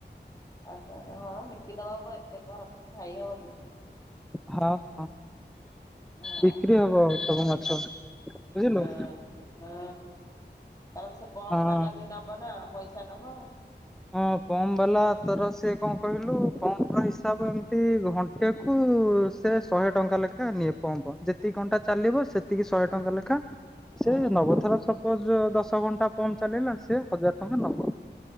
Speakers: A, on the left; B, in the centre.
A: ଅହ ହଁ, ଵିକିଦବା କୁ କଣ ଏତେ କଣ ରଖିକି ଖାଇ ହବ କି?
B: ହଁ ହଁ।
A: ହଁ।
B: ବିକ୍ରି ହବ ସବୁ ମାଛ ବୁଝିଲୁ?
A: ହଁ ହଁ, ତାପରେ ସେ ପମ୍ପ୍
B: ହଁ
A: ବାଲା ବି ନବ ନା ପଇସା ନବ।
B: ହଁ, ପମ୍ପ ବାଲା ତର ସେ କଣ କହିଲୁ ପମ୍ପର ହିସାବ ଏମତି ଘଣ୍ଟା ଘଣ୍ଟାକୁ ସେ ଶହେ ଟଙ୍କା ଲେଖା ନିଏ ପମ୍ପ, ଯେତିକ ଘଣ୍ଟା ଚାଲିବ ସେତ୍ ସେତିକି ଶହେ ଟଙ୍କା ଲେଖା
A: ହଁ
B: ସେ ନବ, ଥର ସବ୍ ସପୋଜ୍, ଦଶ ଘଣ୍ଟା ପମ୍ପ୍ ଚାଲିଲା ସେ ହଜାର ଟଙ୍କା ନବ।